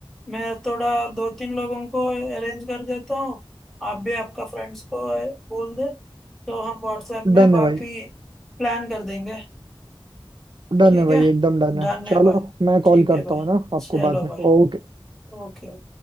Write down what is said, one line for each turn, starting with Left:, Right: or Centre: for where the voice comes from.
Centre: मैं थोड़ा दो तीन लोगों को अरेंज कर देता हूँ आप भी आपका फ्रेंड्स को बोल दे तो हम व्हाट्सएप में
Right: डन
Centre: बाकी
Right: है भाई
Centre: प्लान कर देंगे
Right: डन
Centre: ठीक
Right: है भाई
Centre: है
Right: एकदम डन
Centre: डन
Right: है चलो
Centre: है भाई
Right: मैं
Centre: ठीक
Right: कॉल
Centre: है
Right: करता
Centre: भाई
Right: हूँ ना आपको
Centre: चलो
Right: बाद में
Centre: भाई
Right: ओके
Centre: ओके